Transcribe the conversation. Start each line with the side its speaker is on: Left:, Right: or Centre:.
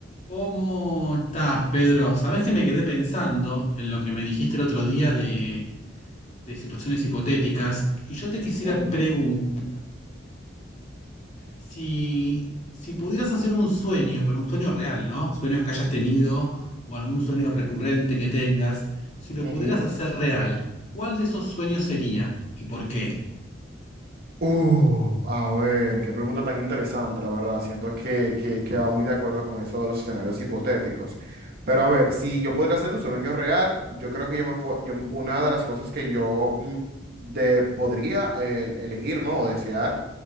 Left: ¿Cómo estás, Pedro? Sabés que me quedé pensando en lo que me dijiste el otro día de, de situaciones hipotéticas y yo te quisiera
Right: Ujú,
Left: preguntar si, si pudieras hacer un sueño, pero un sueño real, ¿no? Sueños que hayas tenido o algún sueño recurrente que tengas, si lo
Right: ujú.
Left: pudieras hacer real, ¿cuál de esos sueños sería y por qué?
Right: Uf, a ver, qué pregunta tan interesante, la verdad. Siento que, que, que va muy de acuerdo con eso de los escenarios hipotéticos. Pero a ver, si yo podría hacer un sueño real, yo creo que yo me fue, yo, una de las cosas que yo mm, de, podría eh, elegir, ¿no? O desear,